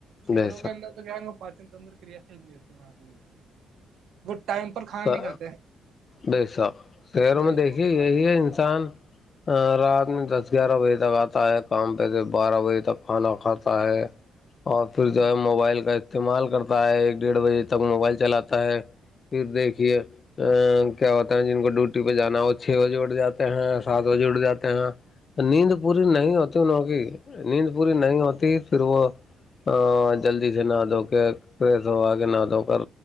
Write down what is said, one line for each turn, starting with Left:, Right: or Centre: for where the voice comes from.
Right: شہروں
Left: بے
Right: کے اندر تو جائیں گے پاچن تندر کی ریاست دیتی وہاں کے لوگ وہ ٹائم پر کھانا
Left: س
Right: نہیں کھاتے
Left: ب صاب شہروں
Right: ان کا
Left: میں
Right: جو
Left: دیکھیے
Right: وقت
Left: یہی
Right: وہ
Left: ہے انسان رات میں دس گیارہ بجے تک آتا ہے کام پہ سے بارہ بجے تک کھانا کھاتا ہے <inaudible> اور پھر
Right: جی
Left: جو ہے موبائل کا استعمال کرتا ہے ایک ڈیڑھ بجے تک موبائل چلاتا ہے پھر دیکھ ا کیا ہوتے ہیں جن کو ڈیوٹی پہ جانا ہے وہ چھ بجے اٹھ جاتے ہیں سات بجے اٹ جاتے ہیں نیند پوری نہیں ہوتی انوں کی نیند پوری نہیں ہوتی پھر وہ ا جلدی سے نہ دھو کے پریس ہووا
Right: جی
Left: کے نہ دھو کر